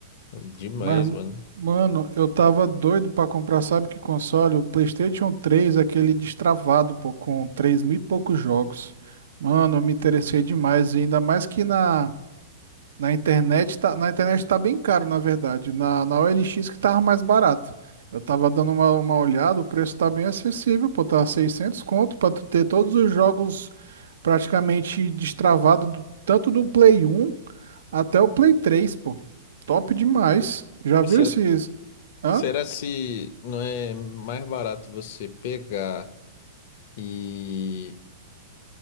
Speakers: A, on the left; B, on the right.
A: Demais,
B: Mas,
A: mano.
B: mano, eu tava doido pra comprar, sabe que console? O PlayStation três aquele destravado, pô, com 3 mil e poucos jogos. Mano, eu me interessei demais, e ainda mais que na na internet tá, na internet tá bem caro, na verdade. Na, na OLX que tava mais barato. Eu tava dando uma, uma olhada, o preço tá bem acessível, pô, tá 600 conto pra tu ter todos os jogos praticamente destravados, do- tanto do Play um até o Play três pô. Top demais. Já
A: Mas
B: viu
A: será,
B: esses? Hã?
A: será se não é mais barato você pegar e